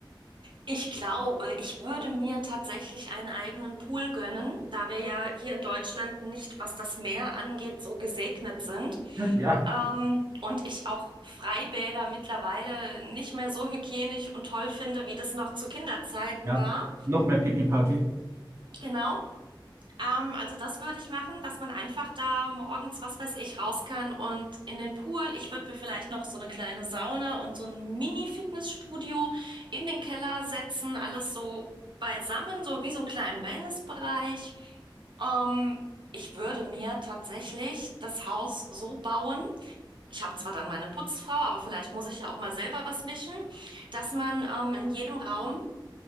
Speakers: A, on the right; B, on the right.
A: Ich glaube, ich würde mir tatsächlich einen eigenen Pool gönnen, da wir ja hier in Deutschland nicht, was das Meer angeht, so gesegnet sind.
B: <laughs> Ja,
A: Ähm, und ich auch Freibäder mittlerweile nicht mehr so hygienisch und toll finde, wie das noch zu Kinderzeiten
B: ja.
A: war.
B: Noch mehr Pipi-Party.
A: Genau. Ähm, also das würde ich machen, dass man einfach da morgens, was weiß ich, raus kann und in den Pool. Ich würde mir vielleicht noch so eine kleine Sauna und so ein Mini-Fitnessstudio in den Keller setzen, alles so beisammen, so wie so einen kleinen Wellnessbereich. Ähm, ich würde mir tatsächlich das Haus so bauen. Ich habe zwar dann meine Putzfrau, aber vielleicht muss ich ja auch mal selber was wischen, dass man ähm, in jedem Raum